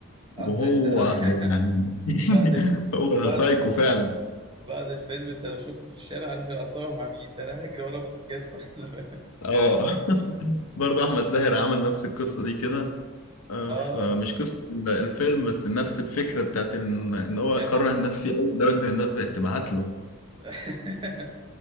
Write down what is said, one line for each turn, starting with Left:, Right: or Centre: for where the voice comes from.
Left: وهو
Right: آه، انت انت <laughs>
Left: يعني
Right: بعد
Left: <laughs>
Right: ال...
Left: هو
Right: بعد
Left: ده سايكو
Right: ال...
Left: فعلا
Right: بعد الفيلم انت لو شفته في الشارع عارف هتصور مع مين ده انا هجري ورا الجزمه <laughs>
Left: اه <laughs> برضه احمد زاهر عمل نفس القصه دي كده آه،
Right: اه
Left: فمش قصه الفيلم بس نفس الفكره بتاعت ان إن هو
Right: كان
Left: كره
Right: مع
Left: الناس فيه قوي لدرجه ان الناس بقت تبعت له
Right: <laughs>